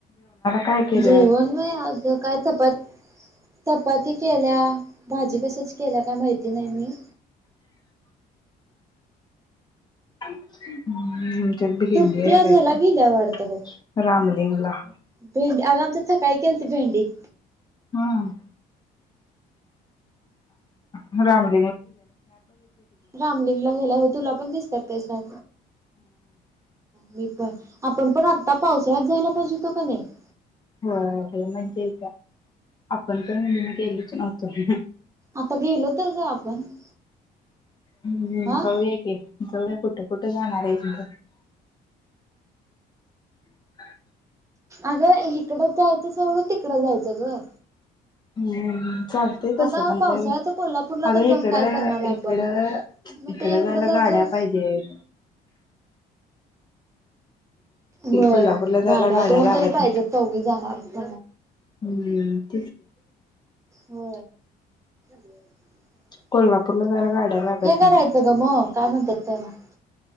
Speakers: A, on the left; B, on the right.
A: काय केले
B: जेवण
A: आज
B: नाही अग काय चपत <inaudible> चपाती केल्या भाजी कशची केल्या काय माहिती नाही मी-
A: <unintelligible> ह् आमच्या भिली
B: तृप्ती
A: आहे
B: आज
A: बा
B: ह्याला गेल्या वाटतं बघ
A: रामलिंगला <inaudible>
B: भेंडी आगा आमच्यात सकाळी केलती भेंडी <inaudible>
A: हा- <inaudible> ह राम <inaudible>
B: रामलिंगला गेला हो तुला पण दिसतात त्यास <inaudible> ह मी पण आपण पण आता पावसाळ्यात जायला पाहिजे हो तो का नाही- <inaudible>
A: हो -हो म्हणजेच आपण पण काय म्हजे गेलोच नव्हतो <inaudible>
B: आता गेलो तर ग आपण <inaudible>
A: हम् -हम
B: हा
A: जाऊया की जाऊया <inaudible> कुठ कुठ जाणार र आहेस ग- <inaudible> <unintelligible>
B: अगं इकडं जायचं सोडून तिकडं जायचं ग-
A: हम्- चालते तस
B: आता
A: पण
B: पावसाळ्याच
A: काही
B: कोल्हापूरला
A: अग
B: तर
A: इकड-
B: जाऊन काय करणार आहे आपण
A: इकड-
B: मग
A: इकड
B: ते इकडं
A: -जायला
B: जायचं
A: गा <inaudible> ड पाहिजे <inaudible>
B: होय
A: कोल्हापूरला जायला
B: गाड्या दोन
A: लागत
B: तरी पाहिजेत चौघी जाणार <inaudible>
A: हम् <inaudible>
B: हो <inaudible>
A: कोल्हापूरला जायला
B: हो
A: गाड्या लागत
B: हे
A: नाही.
B: करायचं ग मग काय म्हणतात त्याला <inaudible>